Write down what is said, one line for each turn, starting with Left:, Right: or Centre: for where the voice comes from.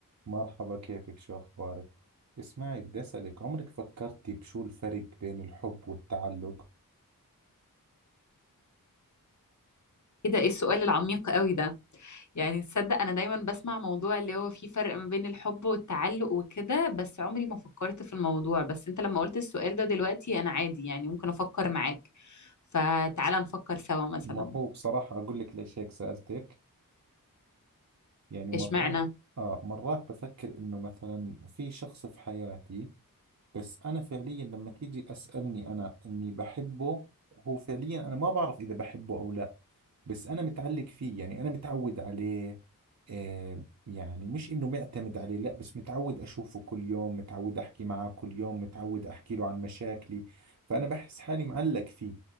Right: مرحبا كيفك شو أخبارك؟ اسمعي بدي أسألك عمرك فكرتي بشو الفرق بين الحب والتعلق؟
Left: ايه ده ايه السؤال العميق قوي ده يعني تصدق انا دايما بسمع موضوع اللي هو فيه فرق ما بين الحب والتعلق وكده بس عمري ما فكرت في الموضوع بس انت لما قلت السؤال ده دلوقتي انا عادي يعني ممكن افكر معاك فتعالى نفكر سوا مثلا
Right: ما هو بصراحة أقول لك ليش هيك سألتك يعني مرات
Left: اشمعنى
Right: آه مرات بفكر إنه مثلا في شخص في حياتي بس أنا فعليا لما تيجي أسألني أنا إني بحبه هو فعليا أنا ما بعرف إذا بحبه أو لا بس انا متعلق فيه يعني انا متعود عليه آه يعني مش انه معتمد عليه لا بس متعود اشوفه كل يوم متعود احكي معه كل يوم متعود احكي له عن مشاكلي فانا بحس حالي معلق فيه